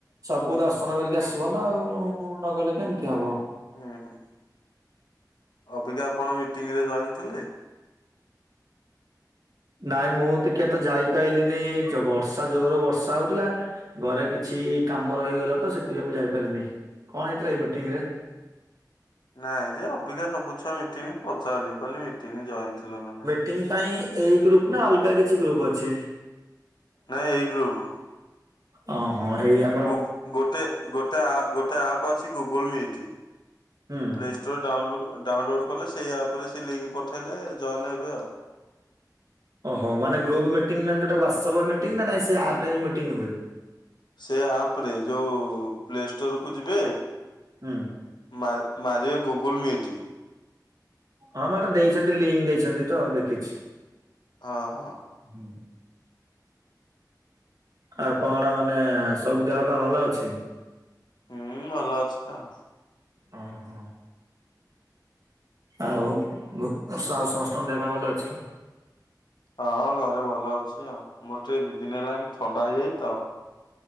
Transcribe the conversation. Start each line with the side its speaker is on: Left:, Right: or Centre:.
Right: ସବୁ ବୁ ଦର୍ଶନ କରିକି ଆସିବ ନା ଆଉ ନଗଲେ କେମିତି ହବ।
Left: ହୁଁ ହୁଁ। ଅବିକା ଆପଣ ମିଟିଂ ରେ ଜଏନ ଥିଲେ?
Right: ନାଇଁ ମୁଁ ଟିକେ ତ ଯାଇପାରିଲିନି, ବର୍ଷା ଜୋର ବର୍ଷା ହଉଥିଲା। ଘରେ କିଛି କାମ
Left: ହଁ
Right: ରହିଗଲା ତ ସେଥିପାଇଁ ମୁଁ ଯାଇପାରିଲିନି। କଣ ହେଇଥିଲା ଏଇ ମିଟିଂ ରେ?
Left: ନାଇଁ ଯେ ଅବିକା ସବୁ ଛୁଆ ମିଟିଂ ପଚାରଲି କହିଲି ମିଟିଂ ଜଏନ ଥିଲ ନା ନାଇଁ।
Right: ମିଟିଂ ପାଇଁ ଏଇ ଗ୍ରୁପ ନା ଅଲଗା କିଛି ଗ୍ରୁପ ଅଛି।
Left: ନାଇଁ ଏଇ ଗ୍ରୁପ।
Right: ଅଁ ହଁ ଏଇଆ।
Left: ଗୁଗୁ ଗୋଟେ ଗୋଟେ ଆ ଗୋଟେ ଆପ୍ ଅଛି ଗୁଗୁଲ ମିଟ୍।
Right: ହୁଁ।
Left: ପ୍ଲେ ଡାଉଲୋ ଡାଉନଲୋଡ଼୍ କଲେ ସେଇ ଆପ୍ର ରେ ସେ ଲିଙ୍କ୍ ପଠାଇଲେ ଜଏନ୍ ହେବେ ଆଉ
Right: ଓହୋ ମାନେ ଗ୍ରୁପ ମିଟିଂ ମାନେ ୱାଟସ ଅପ ମିଟିଂ ନା ନାଇଁ ସେ ଆପ ରେ ମିଟିଂ ହୁଏ।
Left: ସେ ଆପ ରେ ଯୋଉ ପ୍ଲେ ଷ୍ଟୋର କୁ ଯିବେ
Right: ହୁଁ
Left: ମା ମାାରିବେ ଗୁଗୁଲ ମିଟ୍।
Right: ହଁ ମ୍ୟାଡାମ ଦେଇଛନ୍ତି ଲିଙ୍କ ଦେଇଛନ୍ତି ତ ଦେଖିଛି।
Left: ହଁ ହଁ
Right: ହୁଁ ଆଉ କଣ ମାନେ ସବୁ ଦେହ ବା ଭଲ ଅଛି।
Left: ହୁଁ ଭଲ ଅଛି ଆଉ।
Right: ଅ ହଁ ଆଉ ସମସ୍ତଙ୍କ ଦେହ ପା ଭଲ ଅଛି ତ?
Left: ହଁ ଘରେ ଭଲ ଅଛି ଆଉ ମୋର ଟିକେ ଦି ଦିନ ହେଲାଣି ଥଣ୍ଡା ହେଇଯାଇଛି ତ।